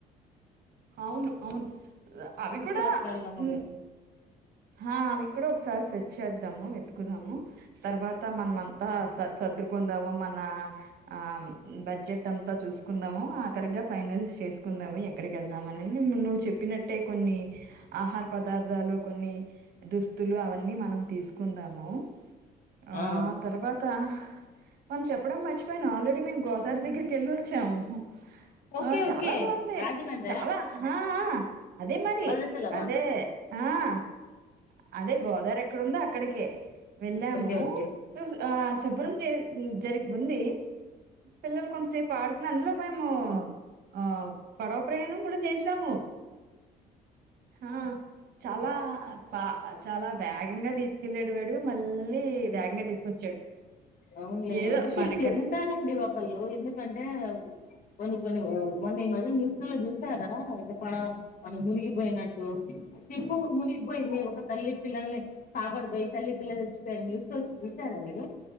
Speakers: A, on the right; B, on the left.
A: అవును అవును అవి
B: రిసార్ట్స్లలో
A: కూడా
B: మనం
A: ఉమ్. ఆహ్ అవి కూడా ఒకసారి సెట్ చేద్దాము. వెతుకుదాము తర్వాత మనమ అంతా స సర్దు కొందము మన ఆహ్ బడ్జెట్ అంత్ చూసుకుందాము ఆఖరిగా ఫైనలిస్ట్ చేసుకుందాము ఎక్కడికి వెళ్దామని నువ్వు చెప్పినట్టే. కొన్ని ఆహార పదార్థాలు. కొన్ని దుస్తులు అవన్నీ మనం తీసుకుందాము ఆహ్
B: ఆ
A: తర్వాత మనం చెప్పడం మర్చపోయిను ఆల్రెడీ మేము గో తార దగ్గరికి వెళ్లొచ్చాము.
B: ఓకే
A: ఆహ్ చాలా
B: ఓకే
A: బాగుంది
B: రాజమండ్రి
A: చాలా ఆహ్ ఆహ్ అదే మరి
B: భద్రాచలమా
A: అదే ఆహ్ అదే గోదావరి ఎక్కడుందో అక్కడికే వెళ్ళాము.
B: ఓకే ఓకే
A: ఆహ్ శుభ్రం చే జరిగి ఉంది పిల్లలు కొంతసేపు పార్ అందులో మేము ఆహ్ పడవ ప్రయాణం కూడా చేసామ ఆహ్ చాలా ఆహ్ చాలా వేగంగా తీసి తినేటివాడు మళ్ళీ వేగంగా తీసుకొచ్చాడు.
B: అవునులే
A: ఏదో
B: ఉండి
A: మనక
B: ఉండాలండి ఒకళ్ళు ఎందుకంటే. కొన్ని కొన్ని మొన్న ఈ మధ్య న్యూస్ లో చూసారా. అంటే పడవ మనం మునిగిపోయినట్టు షిప్పు మునిగిపోయింది ఒక తల్లి పిల్లల్ని కాపాడిపోయి తల్లి పిల్లలు చచ్చిపోయారు న్యూస్ లో చూసారా మీరు.